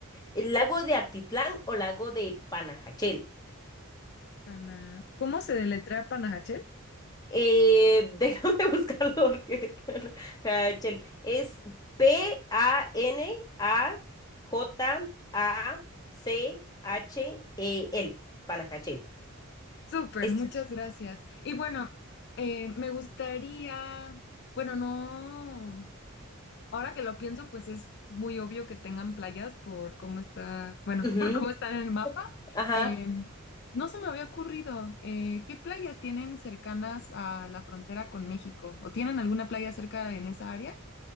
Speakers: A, on the left; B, on the left.
A: ¿El lago de Atitlán o lago de Panajachel?
B: Pana- ¿Cómo se deletrea Panajachel?
A: Eh, déjame <laughs> buscarlo porque... <laughs> Hachel. Es P-A-N-A-J-A-C-H-E-L. Panajachel.
B: Súper,
A: Es...
B: muchas gracias. Y bueno, eh, me gustaría, bueno, no, ahora que lo pienso, pues es muy obvio que tengan playas por cómo está, bueno,
A: ujú,
B: <laughs> por cómo están en el mapa.
A: Ajá.
B: Eh, no se me había ocurrido, eh, ¿qué playas tienen cercanas a la frontera con México? ¿O tienen alguna playa cerca en esa área?